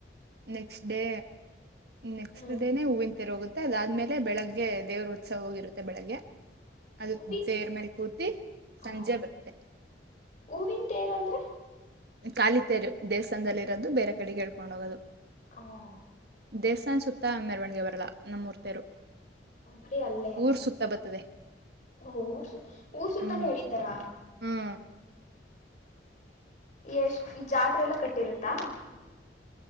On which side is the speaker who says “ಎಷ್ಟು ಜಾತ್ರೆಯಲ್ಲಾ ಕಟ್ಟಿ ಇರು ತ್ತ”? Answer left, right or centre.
Left